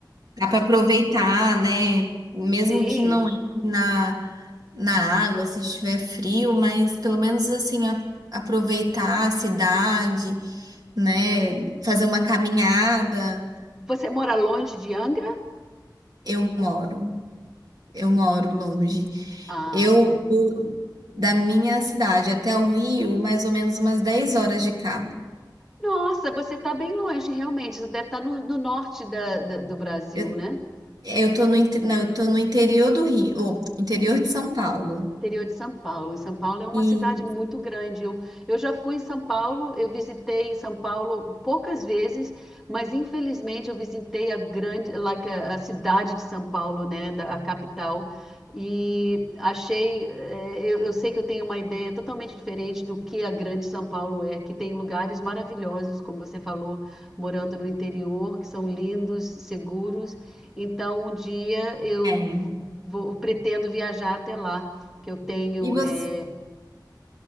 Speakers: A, on the right; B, in the centre.
A: Dá para aproveitar, né? Mesmo
B: Sim.
A: que não entre na, na água, se estiver frio, mas pelo menos assim, a- aproveitar a cidade, né? Fazer uma caminhada.
B: Você mora longe de Angra?
A: Eu moro, eu moro longe.
B: Ah,
A: Eu, eu- da minha cidade até o Rio, mais ou menos umas 10 horas de carro.
B: nossa, você tá bem longe, realmente. Você deve estar no, no norte da- da- do Brasil,
A: Eu,
B: né?
A: eu tô no, inte- não, eu tô no interior do Rio, ou interior de São Paulo.
B: interior de São Paulo. E São Paulo é uma
A: E,
B: cidade muito grande. Eu, eu já fui em São Paulo, eu visitei São Paulo poucas vezes, mas infelizmente eu visitei a grande, like, a, a cidade de São Paulo, né, da, a capital. E achei, eh, eu, eu sei que eu tenho uma ideia totalmente diferente do que a grande São Paulo é, que tem lugares maravilhosos, como você falou, morando no interior, que são lindos, seguros. Então, um dia eu
A: é,
B: vou, pretendo viajar até lá que eu tenho,
A: e você.
B: é,